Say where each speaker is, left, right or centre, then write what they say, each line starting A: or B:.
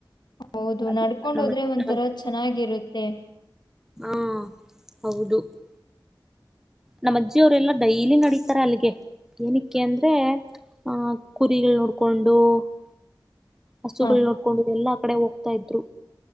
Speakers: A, on the left; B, in the centre.
A: ಹೌದು
B: ಅದಿಕ್
A: ನಡ್ಕೊಂಡ
B: ನಮ್ಮ
A: ಹೋದ್ರೆ ಒಂಥರ
B: ನಮ್ಮ
A: ಚೆನ್ನಾಗಿರುತ್ತೆ
B: ಹಾ ಹೌದು <unintelligible> ನಮ್ಮಜ್ಜಿ ಅವರೆಲ್ಲಾ ಡೈಲಿ ನಡೀತಾರೆ ಅಲ್ಲಿಗೆ ಏನಕ್ಕೆ ಅಂದ್ರೆ ಆಹ ಕುರಿಗಳು ನೋಡ್ಕೊಂಡು <unintelligible> ಹಸುಗಳು
A: ಹಾ
B: ನೋಡ್ಕೊಂಡು ಎಲ್ಲಾ ಕಡೆ ಹೋಗ್ತಾ ಇದ್ರು